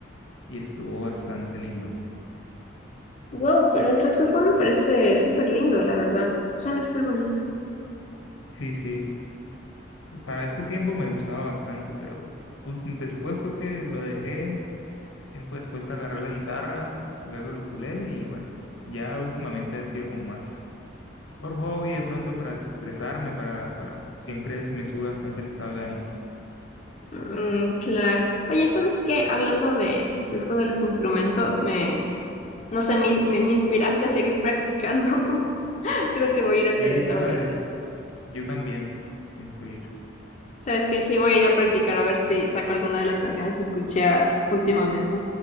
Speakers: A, on the left; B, on the left.
A: y estuvo bastante lindo.
B: Wow, pero el saxofón me parece súper lindo, la verdad. Suena full bonito.
A: Sí, sí, para ese tiempo me gustaba bastante, pero u- después fue que lo dejé, tiempo después agarré la guitarra, luego el ukulele y bueno, ya últimamente ha sido como más por hobby de pronto para desestresarme, para, para, siempre es- me sube bastante el estado de ánimo.
B: Mm, claro. Oye, ¿sabes qué? Hablando de, de esto de los instrumentos, me, no sé, me, me- me inspiraste a seguir practicando. <laughs> Creo que voy a ir a hacer
A: Sí,
B: eso
A: sabes.
B: ahorita.
A: Yo también pienso ir.
B: ¿Sabes qué? Sí, voy a ir a practicar a ver si saco alguna de las canciones que escuché ah, últimamente.